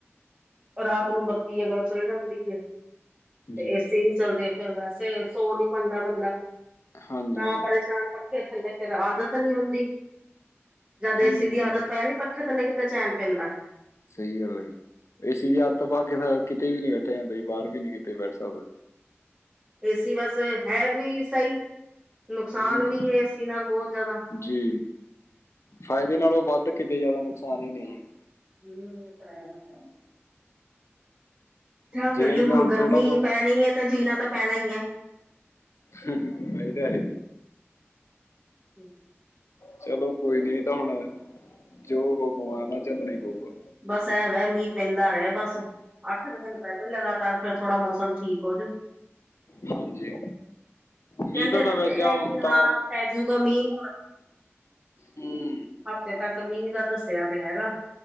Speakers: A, on the right (about 25°); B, on the left (about 80°).
A: ਰਾਤ ਨੂੰ ਬੱਤੀ ਅਗੱਲ ਚਲ ਜਾਂਦੀ ਏ
B: ਹੈ।
A: ਤੇ
B: ਜੀ
A: ਏਸੀ ਨੀ ਚੱਲਦੇ ਫਿਰ ਵੈਸੇ ਸੌ ਨੀ ਪਾਂਦਾ ਬੰਦਾ
B: ਹਾਂਜੀ
A: ਤਾਂ ਪਰੇਸ਼ਾਨ ਪ ਪੱਖੇ ਥੱਲੇ ਫਿਰ ਆਦਤ ਨੀ ਹੁੰਦੀ ਜਦ ਦੇਸੀ
B: ਹਾਂਜੀ
A: ਦੀ
B: ਹਾਂਜੀ
A: ਆਦਤ ਪੈ ਨੀ ਪੱਖੇ ਥੱਲੇ ਕਿਤੇ ਚੈਣ ਪੈਂਦਾ
B: ਸਹੀ ਗੱਲ ਆ ਏਸੀ ਦੀ ਆਦਤ ਪਾ ਕੇ ਫਿਰ ਕਿਤੇ ਵੀ ਨੀ ਬੈਠਿਆ ਜਾਂਦਾ ਬਾਹਰ ਵੀ ਨੀ ਕਿਤੇ ਬੈਠ ਸਕਦਾ
A: ਏਸੀ ਬਸ ਹੈ ਵੀ ਸਹੀ ਨੁਕਸਾਨ
B: ਹੂੰ
A: ਵੀ ਏਸੀ ਨਾਲ ਬਹੁਤ ਜ਼ਿਆਦਾ
B: ਜੀ ਫਾਇਦੇ ਨਾਲੋਂ ਵੱਧ ਕਿੱਤੇ ਜ਼ਿਆਦਾ ਨੁਕਸਾਨ ਹੀ ਨਹੀਂ ਹੈ।
A: ਹਮ ਉਹ ਤੇ ਹੈ <unintelligible> ਕਿਆ
B: ਜਿਵੇਂ
A: ਕਰੀਏ
B: ਮੈਂ
A: ਹੁਣ ਗਰਮੀ
B: ਥੋੜਾ ਬਹੁਤ
A: ਪੈਣੀ ਤੇ ਜੀਣਾ ਤਾਂ ਪੈਣਾ ਹੀ ਹੈ।
B: ਇਹ ਤੇ ਹੈ।
A: ਹਮ।
B: ਚਲੋ ਕੋਈ ਨੀ ਏ ਤਾਂ ਹੁਣ ਜੋ ਹੋਗ ਓ ਝੱਲਣਾ ਹੀ ਪਊਗਾ।
A: ਬਸ ਐ ਵੈ ਮੀਂਹ ਪੈਂਦਾ ਰਹਿ ਬਸ। ਅੱਠ ਕੁ ਦਿਨ ਪੈ ਜੂ ਲਗਾਤਾਰ ਫੇਰ ਥੋੜਾ ਮੌਸਮ ਠੀਕ ਹੋਜੂ। ਕਹਿੰਦੇ
B: ਹਾਂਜੀ ਮੀਂਹ ਤਾਂ ਤਾਂ
A: ਤੇ
B: ਵੈਸੇ
A: ਪਏ
B: ਆ ਹੁਣ
A: ਕਿ
B: ਤਾਂ
A: ਹਾਂ। ਪੈ ਜੂਗਾ ਮੀਂਹ ਹੁਣ।
B: ਹੂੰ
A: ਹਫ਼ਤੇ ਤੱਕ ਮੀਂਹ ਦਾ ਦੱਸਿਆ ਪਿਆ ਹੈਗਾ।